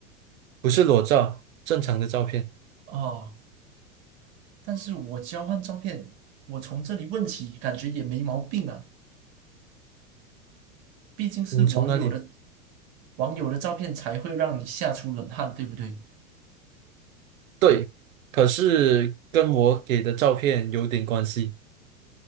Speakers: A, on the right; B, on the right.
A: 不是裸照，正常的照片。
B: 哦。但是我交换照片，我从这里问起，感觉也没毛病啊。毕竟是网友的
A: 你从哪里？
B: 网友的照片才会让你吓出冷汗，对不对？
A: 对，可是跟我给的照片有点关系，